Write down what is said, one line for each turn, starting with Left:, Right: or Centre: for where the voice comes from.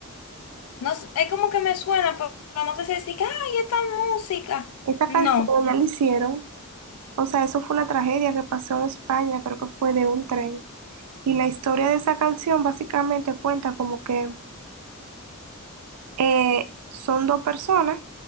Left: No, s- es como que me suena, pero pero no te sé decir que, ay, esta música.
Right: Esa
Left: No,
Right: canción ya la hicieron. O sea, eso fue una tragedia que pasó en España, creo que fue de un tren. Y la historia de esa canción básicamente cuenta como que eh, son dos personas